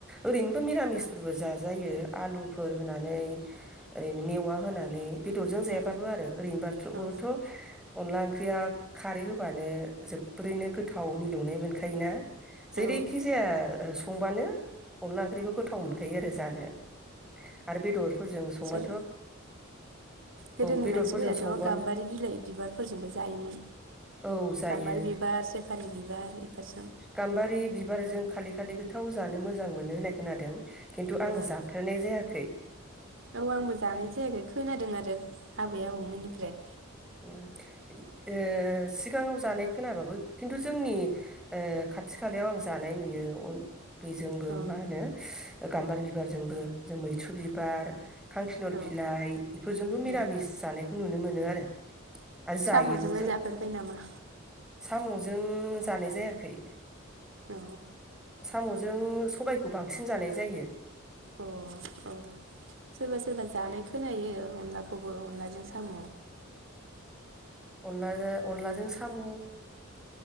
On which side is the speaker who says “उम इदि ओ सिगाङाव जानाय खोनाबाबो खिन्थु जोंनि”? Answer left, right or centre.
Centre